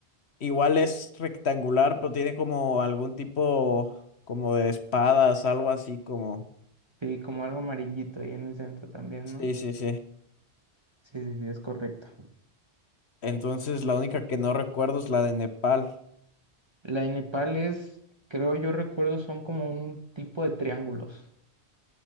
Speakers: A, on the left; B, on the right.
A: igual es rectangular, pero tiene como algún tipo como de espadas, algo así como...
B: Sí, como algo amarillito ahí en el centro también,
A: Sí,
B: ¿no?
A: sí, sí.
B: Sí, sí, sí, es correcto.
A: Entonces la única que no recuerdo es la de Nepal.
B: La de Nepal es, creo yo recuerdo, son como un tipo de triángulos.